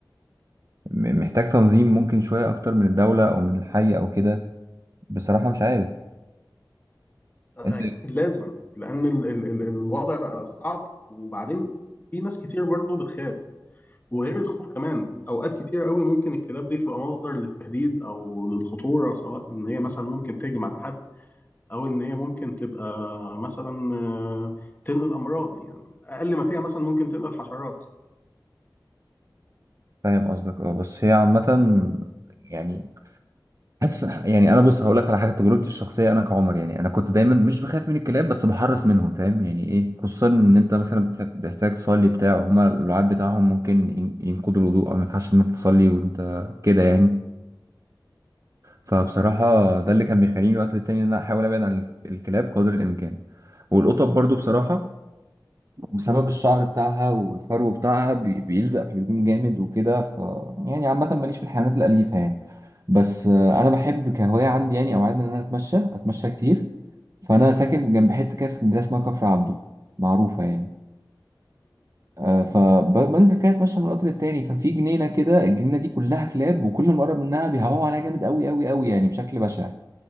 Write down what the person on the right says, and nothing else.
محتاج تنظيم ممكن شوية أكتر من الدولة أو من الحي أو كده بصراحة مش عارف
أنت
فاهم قصدك أه بس هي عامة يعني حاسس يعني أنا بص هقول لك على حاجة تجربتي الشخصية أنا كعمر يعني أنا كنت دايما مش بخاف من الكلاب بس بحرص منهم فاهم يعني إيه خصوصا إن أنت مثلا بتح- بتحتاج تصلي بتاع هما اللعاب بتاعهم ممكن ين- ينقضوا الوضوء أو ما ينفعش إنك تصلي وأنت كده يعني فبصراحة ده اللي كان بيخليني وقت للتاني إن أنا أحاول أبعد عن ال- الكلاب قدر الإمكان والقطط برضو بصراحة بسبب الشعر بتاعها والفرو بتاعها بي- بيلزق في الهدوم جامد وكده ف يعني عامة ماليش في الحيوانات الأليفة يعني بس آه، أنا بحب كهواية عندي يعني أو عادة إن أنا أتمشى أتمشى كتير فأنا ساكن جنب حتة كده في اسكندرية اسمها كفر عبده معروفة يعني آه، فبنزل كده اتمشى من الوقت للتاني ففي جنينه كده الجنينه دي كلها كلاب وكل ما اقرب منها بيهوهوا عليها جامد قوي قوي قوي يعني بشكل بشع